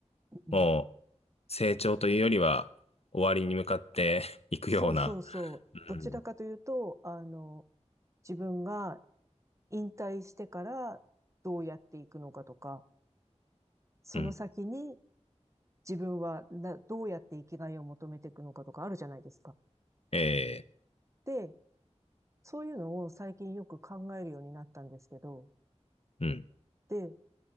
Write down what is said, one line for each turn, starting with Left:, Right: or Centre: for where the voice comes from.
Right: うん。
Left: あ、もう、成長というよりは、終わりに向かって <laughs> いくような。
Right: そうそうそう。
Left: うん。
Right: どちらかというと、あの、自分が引退してからどうやっていくのかとか、その先に
Left: うん。
Right: 自分はなどうやって生きがいを求めていくのかとかあるじゃないですか。
Left: ええ。
Right: で、そういうのを最近よく考えるようになったんですけど、
Left: うん。
Right: で、